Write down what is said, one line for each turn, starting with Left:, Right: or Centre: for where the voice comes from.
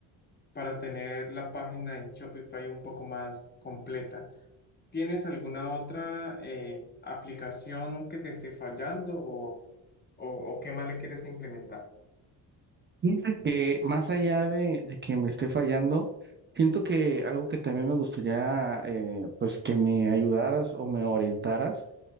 Left: para tener la página en Shopify un poco más completa. ¿Tienes alguna otra eh, aplicación que te esté fallando o, o, o qué más le quieres implementar?
Right: Fíjate que más allá de, de que me esté fallando, siento que algo que también me gustaría eh, pues que me ayudaras o me orientaras